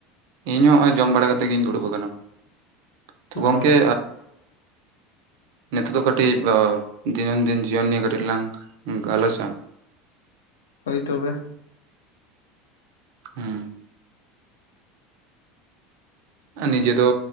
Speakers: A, on the right; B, on the left.
A: ᱤᱧ ᱦᱚᱸ ᱦᱚᱜᱼᱚᱭ ᱡᱚᱢ ᱵᱟᱲᱟ ᱠᱟᱛᱮᱜ ᱜᱤᱧ ᱫᱩᱲᱩᱵ ᱟᱠᱟᱱᱟ᱾ ᱛᱚ
B: ᱚ
A: ᱜᱚᱝᱠᱮ ᱱᱤᱛᱚᱜ ᱫᱚ ᱠᱟᱹᱴᱤᱡ ᱫᱤᱱᱚᱱ ᱫᱤᱱ ᱡᱤᱭᱚᱱ ᱱᱤᱭᱮ ᱠᱟᱹᱴᱤᱡ ᱞᱟᱝ ᱜᱟᱞᱚᱪᱟ᱾
B: ᱦᱳᱭ ᱛᱚᱵᱮ᱾
A: ᱦᱮᱸ᱾ ᱱᱤᱡᱮ ᱫᱚ